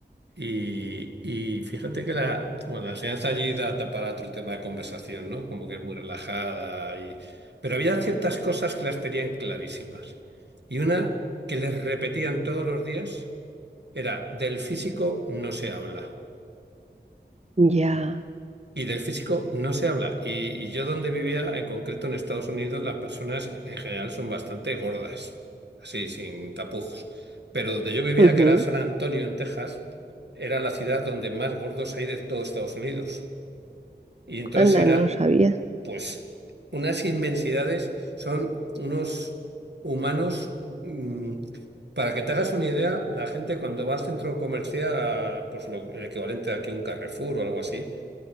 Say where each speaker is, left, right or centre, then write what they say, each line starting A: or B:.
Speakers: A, on the right; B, on the right.
A: Y, y fíjate que la, bueno, la enseñanza allí da ta- para otro tema de conversación, ¿no? Como que es muy relajada y... Pero había ciertas cosas que las tenían clarísimas. Y una que les repetían todos los días era, del físico no se habla.
B: Ya.
A: Y del físico no se habla. Y, y yo donde vivía, en concreto en Estados Unidos, las personas en general son bastante gordas, así, sin tapujos. Pero donde yo vivía,
B: Ujú.
A: que era San Antonio, en Texas, era la ciudad donde más gordos hay de todo Estados Unidos. Y entonces
B: Anda,
A: eran,
B: no lo sabía.
A: pues, unas inmensidades, son unos humanos... mm, para que te hagas una idea, la gente cuando va al centro comercial, a, pues lo- el equivalente a que un Carrefour o algo así,